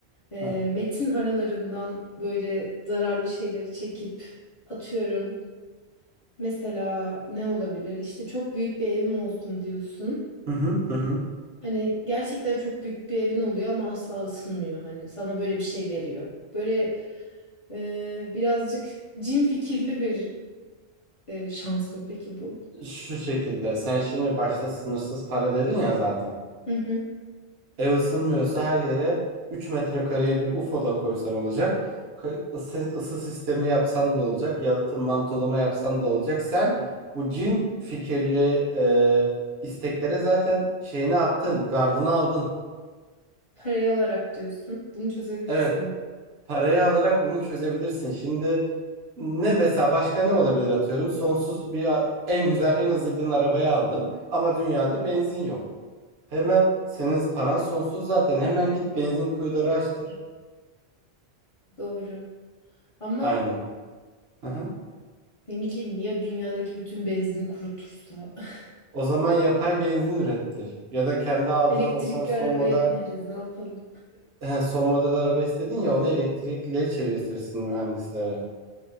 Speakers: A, on the left; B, on the right.
A: e,
B: Heh.
A: metin aralarından böyle zararlı şeyleri çekip atıyorum. Mesela ne olabilir? İşte çok büyük bir evim olsun diyorsun.
B: Hı hı. Hı hı.
A: Hani gerçekten çok büyük bir evin oluyor ama asla ısınmıyor. Hani sana böyle bir şey veriyor. Böyle e, birazcık cin fikirli bir e, şans mı peki bu?
B: Şu şekilde sen şimdi başta sınırsız para dedin ya zaten.
A: Hı hı.
B: Ev ısınmıyorsa her yere 3 metrekareye bir UFO da koysan olacak. Ka- Isı, ısı sistemi yapsan da olacak. Yalıtım mantolama yapsan da olacak. Sen bu cin fikirli e, isteklere zaten şeyini yaptın. Gardını aldın.
A: Parayı alarak diyorsun. Bunu çözebilirsin.
B: Evet. Parayı alarak bunu çözebilirsin. Şimdi ne mesela başka ne olabilir atıyorum. Sonsuz bir a- en güzel en hızlı giden arabayı aldın. Ama dünyada benzin yok. Hemen senin paran sonsuz zaten. Hemen git benzin kuyuları açtır.
A: Doğru. Ama
B: Aynen. Aha.
A: Ne bileyim ya dünyadaki bütün benzini kurutursa. <laughs>
B: O zaman yapay benzin ürettir. Ya da kendi aldığın
A: Elektrikli
B: o son son
A: arabaya
B: model
A: bineriz ne yapalım.
B: <clears throat> <laughs> son model araba istedin ya onu elektrikliye çevirtirsin mühendislere.